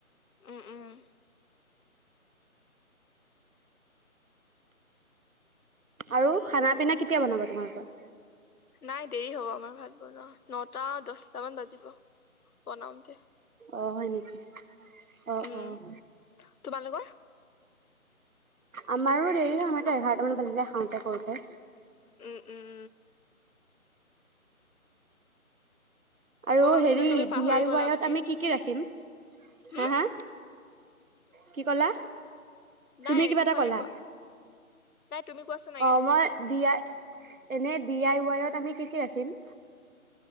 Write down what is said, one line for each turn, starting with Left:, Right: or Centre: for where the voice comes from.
Left: উম, উম।
Right: আৰু খানা পিনা কেতিয়া বনাবা তোমালোকৰ?
Left: নাই দেৰি হ'ব আমাৰ ভাত বনোৱা, নটা দছটা মান বাজিব বনাওঁতে।
Right: অ', হয় নেকি। অহ,
Left: উম
Right: অহ।
Left: তোমালোকৰ
Right: আমাৰো দেৰি হয়, আমাৰটো এঘাৰটামান বাজি যাই খাওঁতে কৰোঁতে।
Left: উম উম
Right: আৰু
Left: মই ভাবিছিলো
Right: হেৰি
Left: তুমি পাহৰি
Right: ডি আই
Left: গলা
Right: ৱাইত
Left: বুলিয়ে
Right: আমি কি কি ৰাখিম?
Left: হম
Right: হা-হা কি ক'লা তুমি
Left: নাই
Right: কিবা
Left: একো
Right: এটা
Left: কোৱা
Right: ক'লা।
Left: নাই কোৱা নাই তুমি কোৱাচোন আগে
Right: অ মই দিয়া। এনে ডি আই ৱাইত আমি কি-কি ৰাখিম?